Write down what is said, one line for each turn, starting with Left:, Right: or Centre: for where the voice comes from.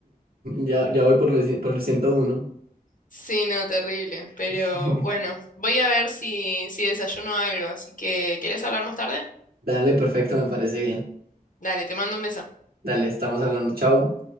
Right: Ya, ya voy por, los cien- por el ciento uno
Left: Sí, no, terrible. Pero
Right: <laughs>
Left: bueno, voy a ver si, si desayuno algo. Así que, ¿querés hablar más tarde?
Right: Dale, perfecto, me parece bien.
Left: Dale, te mando un beso.
Right: Dale, estamos hablando. Chao.